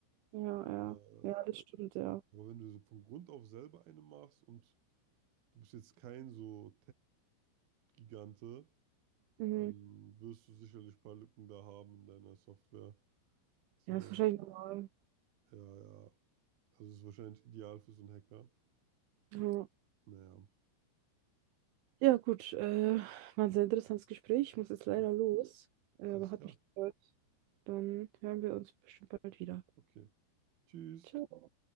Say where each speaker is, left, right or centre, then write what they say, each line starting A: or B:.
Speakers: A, on the right (about 75°); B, on the right (about 60°).
A: ja, ja.
B: Äh,
A: Ja, das stimmt, ja.
B: aber wenn du so von Grund auf selber eine machst und du bist jetzt kein so Technikgigante,
A: Mhm.
B: dann wirst du sicherlich ein paar Lücken da haben in deiner Software. So,
A: Ja, ist wahrscheinlich normal.
B: ja, ja. Also es ist wahrscheinlich ideal für so einen Hacker.
A: Ja,
B: Naja,
A: ja gut. Äh, war ein sehr interessantes Gespräch. Ich muss jetzt
B: ja,
A: leider los. Äh,
B: alles
A: aber hat
B: klar.
A: mich gefreut. Dann hören wir uns bestimmt bald wieder.
B: Okay. Tschüss.
A: Ciao.